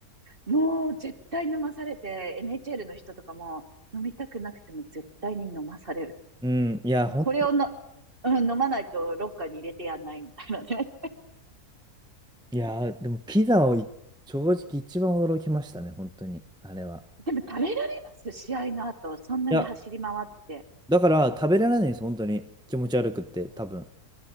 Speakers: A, on the right; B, in the centre.
A: もう絶対飲まされて、NHL の人とかも飲みたくなくても絶対に飲まされる。
B: うん、いや、
A: もうこれをの、
B: ほん、
A: うん、飲まないとロッカーに入れてやんないみたいなね。
B: いや、でもピザをい正直一番驚きましたね、本当に、あれは。
A: <laughs> でも食べられます試合の後。そんなに走り回って。
B: いや、だから食べられないんです、本当に。気持ち悪くって、多分。